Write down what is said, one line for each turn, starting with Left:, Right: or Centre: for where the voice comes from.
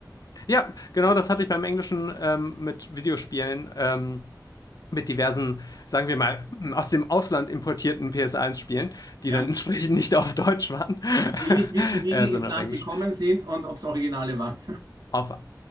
Left: Ja, genau das hatte ich beim Englischen ähm, mit Videospielen, ähm, mit diversen, sagen wir mal, aus dem Ausland importierten PS1-Spielen, die
Right: Ja.
Left: dann <laughs> entsprechend nicht auf Deutsch waren,
Right: Ich will nicht
Left: <laughs>
Right: wissen, wie
Left: äh,
Right: die
Left: sondern
Right: ins Land
Left: auf Englisch.
Right: gekommen sind und ob es Originale waren.
Left: Auf